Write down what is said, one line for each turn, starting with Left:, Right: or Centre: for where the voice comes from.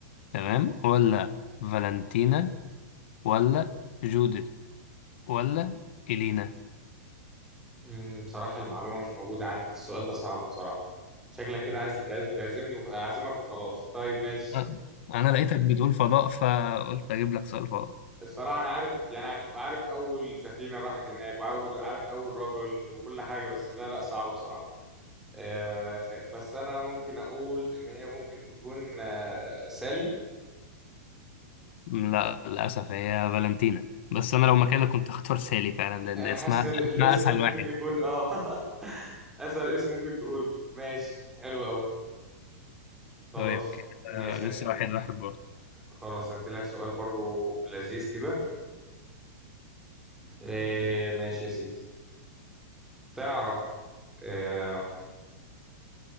Left: تمام ولا فالنتينا ولا جوديث ولا إلينا
Centre: مم، بصراحة المعلومة مش موجودة عندي السؤال ده صعب بصراحة شكلك كده عايز تتعز- تعزمني وخ- اعزمك وخلاص طيب ماشي
Left: أ- أنا لقيتك بتقول فضاء فقلت أجيب لك سؤال فضاء
Centre: الصراحة أنا عارف يعني عارف أول سفينة راحت هناك وعارف عارف أول رجل وكل حاجة بس ده لأ صعبة بصراحة آه، خ- بس أنا ممكن أقول إن هي ممكن تكون آه، سالي
Left: لا للأسف هي فالنتينا بس أنا لو مكانك كنت هختار سالي فعلا لأن
Centre: أنا
Left: اسمها
Centre: حاسس إن ال- <laughs> الاسم
Left: اسمها أسهل
Centre: ممكن
Left: واحد
Centre: يكون آه <laughs> أسهل اسم ممكن تقوله ماشي حلو أوي خلاص
Left: طيب كده
Centre: ماشي
Left: آه لسه
Centre: هديت
Left: واحد واحد برضه
Centre: خلاص هديلك سؤال برضو لذيذ كده آه، ماشي يا سيدي تعرف آه،